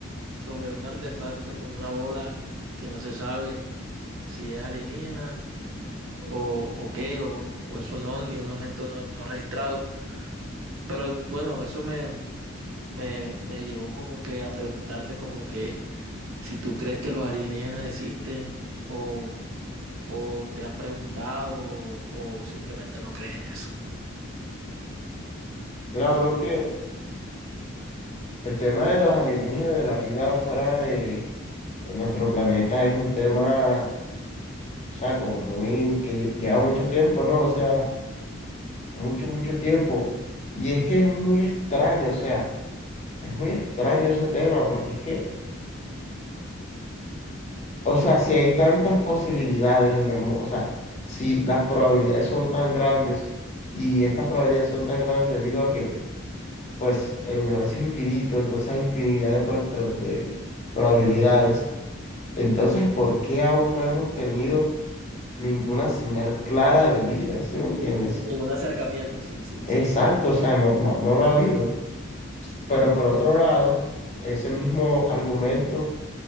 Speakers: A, on the right (about 80°); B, on the left (about 35°).
A: sobre un artefacto como una bola que no se sabe si es alienígena o, o qué, o, o es un ovni, un objeto no, no registrado. Pero bueno, eso me, me, me llevó como que a preguntarte como que si tú crees que los alienígenas existen o, o te has preguntado o, o simplemente no crees en eso.
B: Mira, bro, que el tema de los alienígenas, de la vida fuera de, de nuestro planeta es un tema, o sea, como muy, que lleva mucho tiempo, ¿no? O sea, mucho, mucho tiempo. Y es que es muy extraño, o sea, es muy extraño ese tema, porque es que, o sea, si hay tantas posibilidades en el mundo, o sea, si las probabilidades son tan grandes y estas probabilidades son tan grandes debido a que pues el universo es infinito, entonces hay infinidad de, pos- de- de probabilidades. Entonces, ¿por qué aún no hemos tenido ninguna señal clara de vida? ¿Sí me entiendes?
A: Ni- ningún acercamiento, sí, sí,
B: Exacto,
A: sí.
B: o sea, no, no, no lo ha habido. Pero por otro
A: Eh,
B: lado, ese mismo argumento